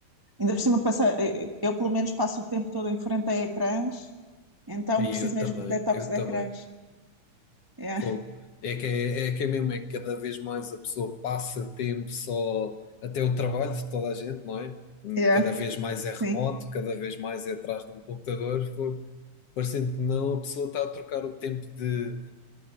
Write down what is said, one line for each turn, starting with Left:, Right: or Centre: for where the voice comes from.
Right: Ainda por cima, passa, eu eu pelo menos passo o tempo todo em frente a ecrãs, então
Left: E
Right: preciso
Left: eu
Right: mesmo
Left: também,
Right: de detox
Left: eu
Right: de
Left: também.
Right: ecrãs. Yeah,
Left: Fogo. É que é, é que é mesmo, é que cada vez mais a pessoa passa tempo só, até o trabalho de toda a gente, não é? Hum,
Right: yeah,
Left: Cada vez mais
Right: sim,
Left: é remoto, cada vez mais é atrás de um computador. Fogo. Parecendo que não, a pessoa está a trocar o tempo de